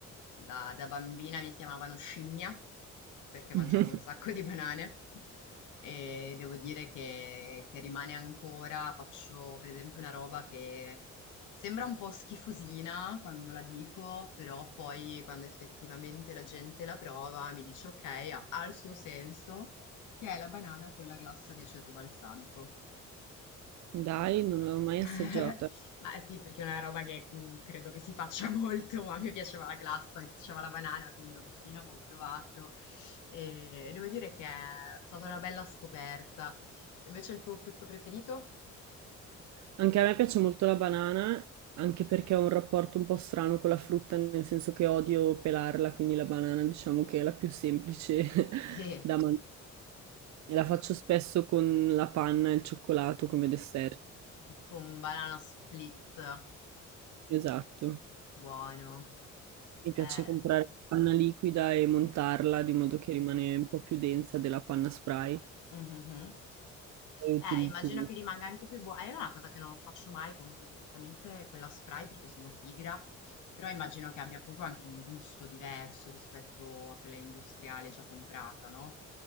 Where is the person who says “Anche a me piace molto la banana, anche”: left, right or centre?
Right